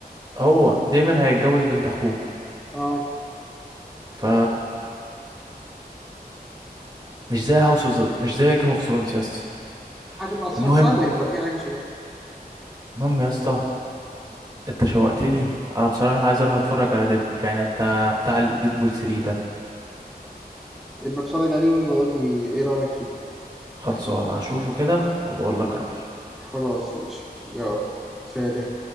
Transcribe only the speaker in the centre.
أه
هتبقى صع-
صعبة يبقى في حاجة شبه
يبقى أتفرج عليه ويبقى أقول لي إيه رأيك فيه
خلاص ماشي يلا سلام